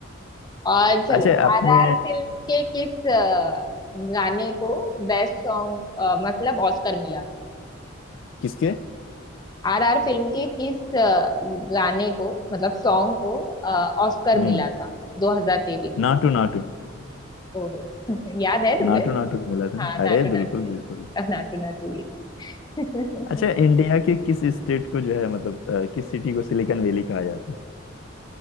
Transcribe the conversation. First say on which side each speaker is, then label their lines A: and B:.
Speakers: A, on the left; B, on the left.
A: और चलो
B: अच्छा आपने
A: आरआर फिल्म के किस अ, गाने को बेस्ट सॉन्ग मतलब ऑस्कर मिला था
B: किसके
A: आरआर फिल्म के किस अ, गाने को मतलब सॉन्ग को ऑस्कर
B: हम्म
A: मिला था 2023
B: नाटू नाटू
A: ओहो <laughs> याद है तुम्हें
B: नाटू नाटू को मिला था
A: हाँ
B: ना
A: नाटू
B: अरे
A: नाटू
B: बिल्कुल
A: है
B: बिल्कुल
A: नाटू नाटू ये
B: अच्छा
A: <laughs>
B: इंडिया के किस स्टेट को जो है मतलब अ, किस सिटी को सिलिकन वैली कहा जाता है